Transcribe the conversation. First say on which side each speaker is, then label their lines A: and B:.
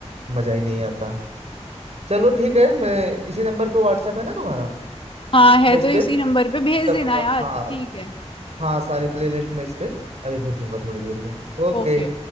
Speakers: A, on the right; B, on the left.
A: मजा ही नहीं आता चलो ठीक है मैं इसी नंबर पे व्हाट्सएप है ना तुम्हारा
B: हाँ है
A: मैं इस
B: तो इसी
A: पे
B: नंबर
A: send
B: पे भेज
A: कर
B: देना
A: दूंगा
B: यार
A: हाँ
B: ठीक है
A: हाँ सारी प्लेलिस्ट मैं इस पे अभी भेज दूंगा थोड़ी देर में ओके
B: ओके